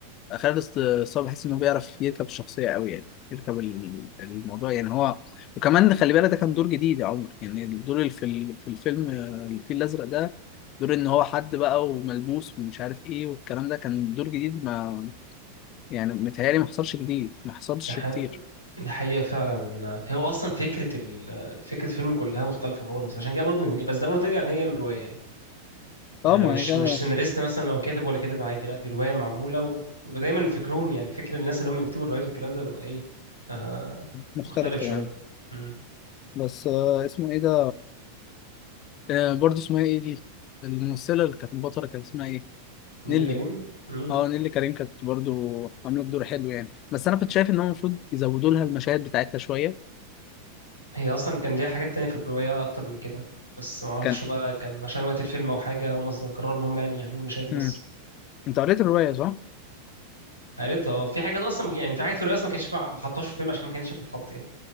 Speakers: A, on the left (about 35°); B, on the left (about 85°).
A: خالد الصاوي بحس انه بيعرف يركب الشخصيه قوي يعني يركب ال- الموضوع يعني هو وكمان خلي بالك ده كان دور جديد يا عمر يعني الدور اللي في ال- في الفيلم آه، الفيل الازرق ده دور ان هو حد بقى وملموس ومش عارف ايه والكلام ده كان دور جديد ما يعني متهيألي ما حصلش جديد ما حصلش
B: ده ح...
A: كتير
B: ده حقيقة فعلا هو اصلا فكرة ال... فكرة الفيلم كلها مختلفة خالص عشان كده برضه من... يعني، بس ده برضه يرجع ان هي جاية من رواية يعني يعني
A: اه ما
B: مش
A: هي جا-
B: مش سيناريست مثلا لو كاتب ولا كاتب عادي لا دي رواية معمولة وبيبقى دايما فكرهم يعني فكر الناس اللي هم بيكتبوا الروايات والكلام ده بيبقى ايه آه...
A: مختلف
B: مختلف
A: تماما
B: شوية امم
A: بس آه، اسمه ايه ده آه، برضو اسمها ايه دي الممثلة اللي كانت بطلة كان اسمها ايه
B: نيلي
A: نيلي
B: كريم امم
A: اه نيلي كريم كانت برضو عملت دور حلو يعني بس انا كنت شايف ان هو المفروض يزودوا لها المشاهد بتاعتها شوية
B: هي اصلا كان ليها حاجات تانية في الرواية اكتر من كده بس ما اعرفش
A: كان
B: بقى كان عشان وقت الفيلم او حاجة هم ز- قرروا ان هم يعني يعملوا المشاهد دي بس
A: مم. انت قريت الرواية صح؟
B: قريتها اه في حاجات اصلا يعني في حاجات في الرواية اصلا ما كانش ينفع- ما حطهاش في الفيلم عشان ما كانش ينفع تتحط يعني